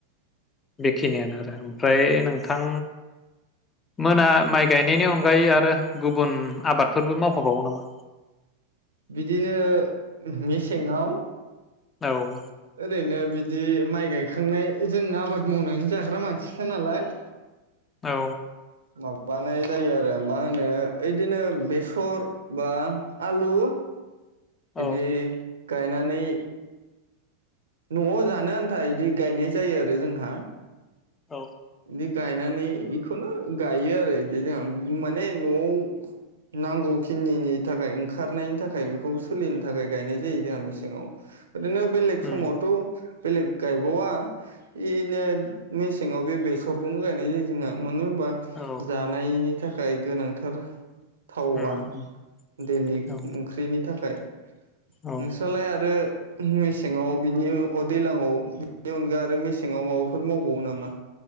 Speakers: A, on the left; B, on the right.
A: बेखिनियानो आरो होम ओमफ्राय नोंथां मोना माइ गायनायनि अनगायै आरो गुबुन आबादफोरबो मावफाबावो नामा?
B: बिदिनो मेसेंङाव
A: औ
B: ओरैनो बिदि माइ गायखांनाय जों आबाद मावनानै जाग्रा मानसिखा नालाय।
A: औ
B: माबानाय जायो आरो मा होनो ओयदिनो बेसर बा आलु।
A: औ
B: इदि गायनानै न'आव जानो आन्था इदि गायनाय जायो आरो जोंहा
A: औ।
B: इदि गायनानै इखौनो गायो आरो इदि जोंहा माने न'आव नांगौखिनिनि थाखाय ओंखारनायनि थाखाय बेखौ सोलिनो थाखाय गायनाय जायो जाहा मेसेंङाव ओरैनो बेलेग
A: उम
B: समावथ' बेलेग गायबावा इनो मेसेंङाव बे बे सरखौनो गायनाय जायो जोंहा मानो होन बा
A: औ
B: जानायनि थाखाय गोनां थार थावा
A: उम उम
B: दैलिक
A: औ
B: ओंख्रैनि थाखाय
A: औ
B: नोंस्रालाय आरो मेसेंङाव बिनि अ दैलांआव बिनि अनगा आरो मेसेंङाव माबाफोर मावबावो नामा?